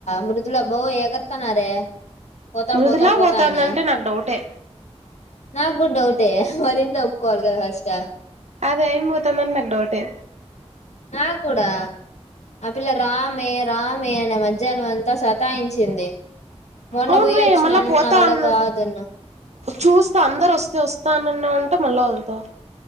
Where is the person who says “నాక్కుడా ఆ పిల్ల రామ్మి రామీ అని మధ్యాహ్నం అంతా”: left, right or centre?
Left